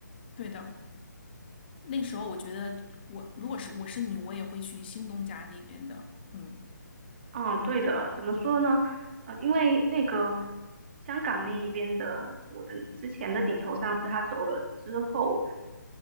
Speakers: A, on the left; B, on the right.
A: 对的。那时候我觉得我如果是我是你，我也会去新东家那边的。嗯，
B: 嗯，对的，怎么说呢？呃，因为那个香港那一边的我的之前的顶头上司他走了之后，